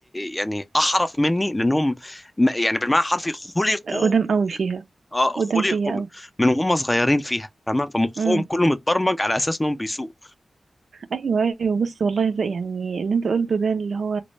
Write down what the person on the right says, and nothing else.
قدام قوي فيها
قدام
فيها
قوي
ايوه ايوه بص والله زي يعني اللي انت قلته ده اللي هو